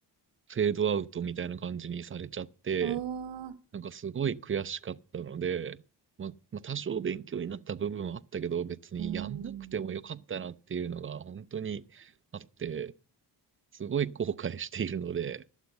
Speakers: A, on the right; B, on the right.
A: フェードアウトみたいな感じにされちゃって、
B: ああ。
A: なんかすごい悔しかったので、まあ、まあ多少勉強になった部分はあったけど、別にやんなくてもよかったなっていうのが本当にあって、
B: うん。
A: すごい後悔しているので、